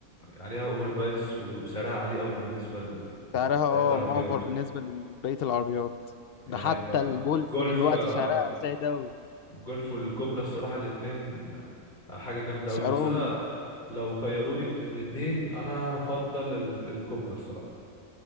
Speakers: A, on the left (about 35°); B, on the left (about 60°).
A: عليها اوفر برايس وسعرها عالي قوي بالنسبه لبقيه
B: سعرها اه
A: العربيات
B: مؤفر بالنسبة لبقية العربيات
A: يعني
B: ده حتى
A: ال-
B: الجولف
A: الجولف
B: دلوقتي
A: آه،
B: سعرها زي ده
A: الجولف والكوبرا الصراحه الاثنين حاجه جامده
B: سعرهم
A: قوي بس انا لو خيروني بين الاثنين انا هفضل ال- الكوبرا الصراحه